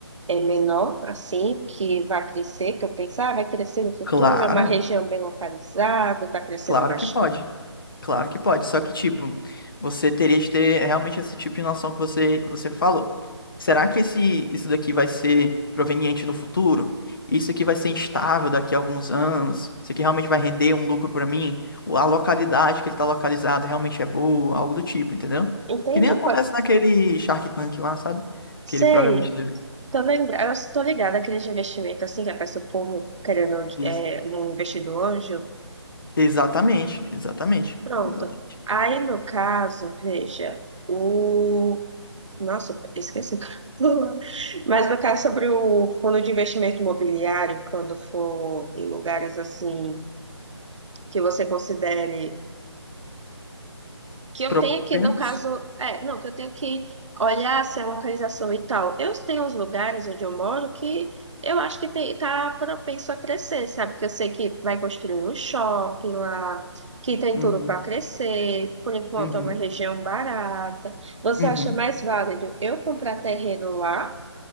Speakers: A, on the right; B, on the left.
A: é, menor, assim, que vai crescer, que eu pensar, ah, vai crescer no futuro,
B: Claro,
A: é uma região bem localizada, está crescendo
B: claro
A: bastante.
B: que pode. Claro que pode, só que tipo, você teria de ter realmente esse tipo de noção que você, que você falou. Será que esse, isso daqui vai ser proveniente no futuro? Isso aqui vai ser instável daqui a alguns anos? Isso aqui realmente vai render um lucro pra mim? Ou A localidade que ele tá localizado realmente é boa? Algo do tipo, entendeu?
A: Entende?
B: Que nem acontece
A: Po-
B: naquele Shark Tank lá, sabe?
A: Sei,
B: Aquele programa de TV.
A: Tô lembrada, eu estou ligada àqueles investimentos assim, que a pessoa como querendo
B: Isso.
A: é, um investidor anjo.
B: Exatamente, exatamente,
A: Pronto.
B: exatamente.
A: Aí, no caso, veja, o. Nossa, esqueci. o que <laughs> Mas no caso sobre o fundo de investimento imobiliário, quando for em lugares assim que você considere. que eu
B: Propensos?
A: tenho que, no caso, é, não, que eu tenho que olhar se é localização e tal. Eu tenho uns lugares onde eu moro que eu acho que tem, tá propenso a crescer, sabe? Que eu sei que vai construir um shopping lá, que tem
B: Uhum,
A: tudo para crescer, por enquanto
B: uhum,
A: é uma região barata. Você
B: uhum.
A: acha mais válido eu comprar terreno lá?